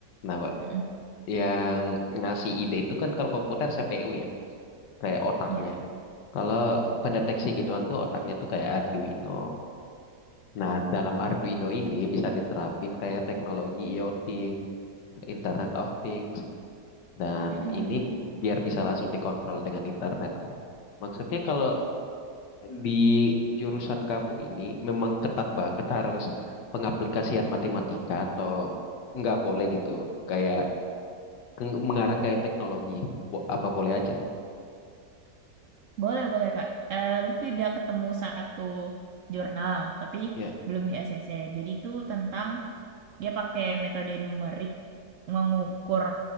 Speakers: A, on the left (about 90°); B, on the right (about 75°).
A: Nah, Pak,
B: Mm-mm.
A: yang ngasih ide itu kan kalau komputer CPU ya, kayak otaknya.
B: Iya.
A: Kalau pendeteksi gituan tuh otaknya tuh kayak Arduino. Nah, dalam Arduino ini bisa diterapin kayak teknologi IoT, Internet of Things, dan
B: Mm-mm.
A: ini biar bisa langsung dikontrol dengan internet kan. Maksudnya kalau di jurusan kamu ini memang ketat banget harus pengaplikasian matematika atau nggak boleh gitu kayak ke- mengarah ke teknologi Bo- apa boleh aja tuh
B: Boleh, boleh Kak. Eh, Lutfi udah ketemu satu jurnal, tapi
A: ya
B: belum di ACC. Jadi itu tentang dia pakai metode numerik mengukur